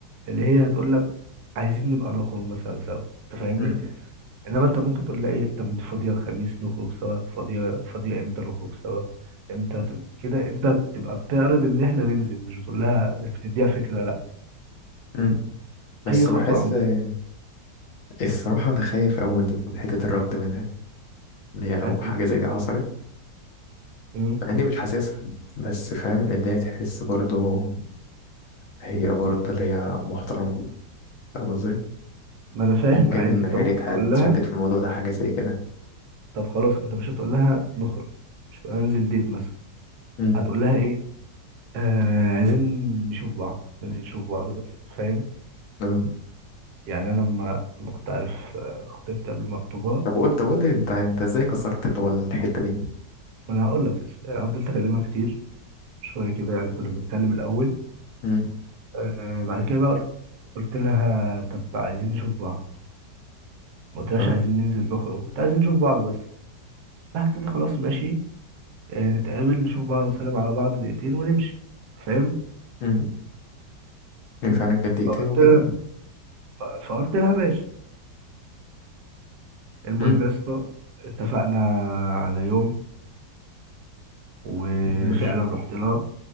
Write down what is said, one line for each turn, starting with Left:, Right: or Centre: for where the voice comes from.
Right: اللي هي هتقول لك عايزين نبقى نخرج مثلا سوا انت فاهمني
Left: مم.
Right: انما انت ممكن تقول لها ايه طب انت فاضيه الخميس نخرج سوا فاضيه فاضيه امتى نخرج سوا امتى تب- كده انت تبقى بتعرض ان احنا ننزل مش بتقول لها مش بتديها فكره لا
Left: مم. بس
Right: اي خطوه
Left: بحس آه، الصراحة انا خايف أوي من حتة الرفض منها دي اللي هي لو
Right: هتت...
Left: حاجة زي دي حصلت
Right: مم.
Left: مع اني مش حاسسها بس فاهم اللي هي تحس برضو هي برضو اللي هي محترمة فاهم قصدي
Right: ما انا فاهم
Left: ممكن
Right: عادي انت
Left: عيلتها
Right: ممكن تقول
Left: اتشدت
Right: لها
Left: في الموضوع ده حاجة زي كده
Right: طب خلاص انت مش هتقول لها نخرج مش هتقول لها ننزل ديت مثلا
Left: مم.
Right: هتقول لها ايه آه عايزين نشوف بعض ننزل نشوف بعض بس فاهم
Left: آه.
Right: يعني انا لما لما كنت عارف آه، خطيبتي قبل ما اخطبها
Left: طب قول طب قول لي انت انت ازاي كسرت اللي هو الحتة دي
Right: ما انا هقول لك بس يعني فضلت اكلمها كتير شويه كده يعني كنا بنتكلم الاول
Left: مم.
Right: آه بعد كده بقى قلت قلت لها طب عايزين نشوف بعض ما قلتلهاش
Left: اه
Right: عايزين ننزل نخرج قلت عايزين نشوف بعض بس راحت قالت لي خلاص ماشي آه، نتقابل نشوف بعض نسلم على بعض دقيقتين ونمشي فاهم
Left: مم. هي فعلا كانت دقيقتين
Right: فقلت
Left: وكده
Right: لها ف- فقلت لها ماشي المهم
Left: مم.
Right: يا اسطى اتفقنا على يوم وفعلا
Left: ماشي
Right: رحت لها